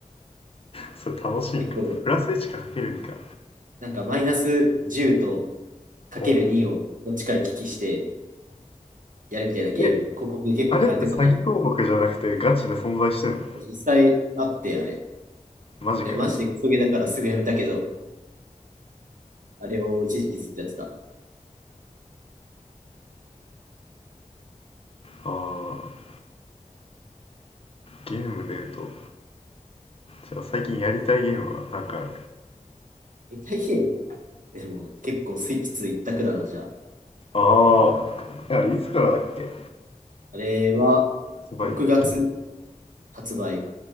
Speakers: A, on the left; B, on the right.
A: それ楽しいんかプラス1かかける2か
B: 結構、なんかマイナス10とかける2をどっちか行き来して
A: おう
B: やるみたいなゲーム、
A: え
B: 広告で結構流れてこない。
A: あれって詐欺広告じゃなくてガチで存在してんの
B: 実際あって、あれ。
A: マジかよ
B: でマジでクソゲーだからすぐやめたけど、あれを一時期ずっとやってた。
A: ああーゲームで言うとじゃあ最近やりたいゲームはなんかある
B: 携帯ゲームでも結構スイッチ2一択だな、じゃあ。
A: ああ。あれいつからだっけ
B: あれは
A: サバイブ。
B: 6月発売